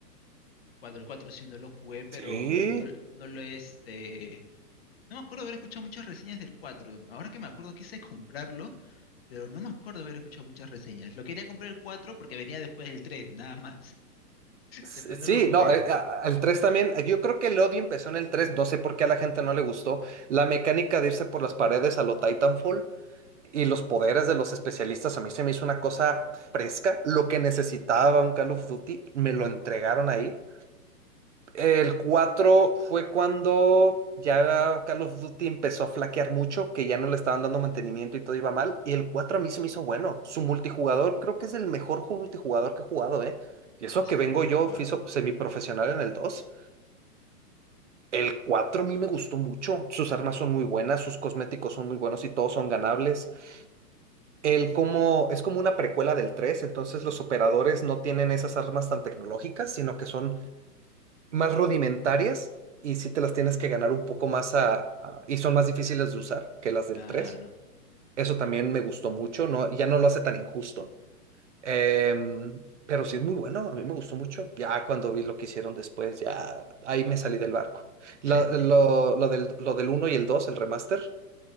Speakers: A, on the left; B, on the right.
A: el cuatro el 4 sí no lo jugué, pero
B: Sí,
A: no, no lo este... No me acuerdo haber escuchado muchas reseñas del cuatro Ahora que me acuerdo quise comprarlo, pero no me acuerdo haber escuchado muchas reseñas. Lo quería comprar el 4 porque venía después del 3 nada más.
B: Sí,
A: Después no lo jugué.
B: no, eh, a- al 3 también, eh, yo creo que el odio empezó en el 3. no sé por qué a la gente no le gustó, la mecánica de irse por las paredes a lo Titanfall y los poderes de los especialistas, a mí se me hizo una cosa fresca, lo que necesitaba un Call of Duty, me lo entregaron ahí el 4 fue cuando ya Call of Duty empezó a flaquear mucho, que ya no le estaban dando mantenimiento y todo iba mal. Y el 4 a mí se me hizo bueno. Su multijugador creo que es el mejor ju- multijugador que he jugado, ¿eh? Y eso
A: No
B: que
A: sé
B: vengo
A: si no lo
B: yo,
A: he jugado.
B: fui so- semiprofesional en el dos El 4 a mí me gustó mucho. Sus armas son muy buenas, sus cosméticos son muy buenos y todos son ganables. El como, es como una precuela del tres entonces los operadores no tienen esas armas tan tecnológicas, sino que son más rudimentarias y sí te las tienes que ganar un poco más a, a- y son más difíciles de usar que las
A: Claro.
B: del tres Eso también me gustó mucho, no, ya no lo hace tan injusto. Em, pero sí es muy bueno, a mí me gustó mucho. Ya cuando vi lo que hicieron después, ya ahí me salí del barco. La-
A: <laughs>
B: lo, lo del, lo del uno y el dos el remaster,